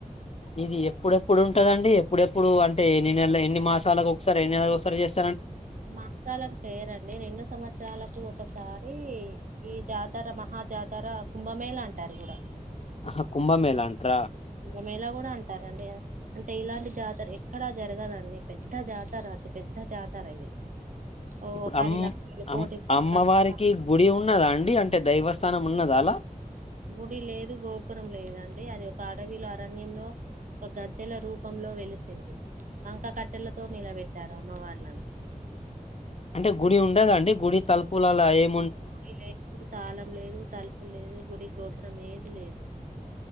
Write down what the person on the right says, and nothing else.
మగ్గాలకు చేయరండి రెండు సంవత్సరాలకు ఒకసారీ. ఈ జాతర మహా జాతర కుంభమేళ అంటారు గూడా
కుంభ మేళా గూడా అంటారండి అంటే ఇలాంటి జాతర ఎక్కడా జరగదండి పెద్ద జాతర అతి పెద్ద జాతర ఇది. ఓ
పది
లక్షలు
కోటి
పబ్లిక్
గుడి లేదు గోపురం లేదండి అది ఒక అడవిలో అరణ్యంలో ఒక గద్దెల రూపంలో వెలిసింది, వంక కట్టెలతో నిలబెట్టారు అమ్మవార్లను.
పోని లే తాళం లేదు తలుపు లేదు గుడి గోపురం ఏది లేదు